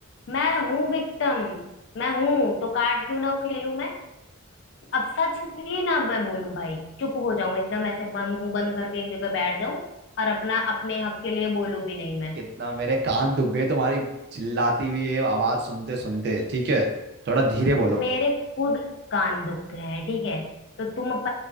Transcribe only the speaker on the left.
मैं हूं विक्टिम मैं हूं तो कार्ड क्यों ना खेलूं मैं अब सच भी ना मैं बोलूं भाई चुप हो जाऊं एकदम ऐसे ब- मुंह बंद करके एक जगह बैठ जाऊं और अपना अपने हक के लिए बोलूं भी नहीं मैं
मेरे खुद कान दुख हैं ठीक है तो तुम अप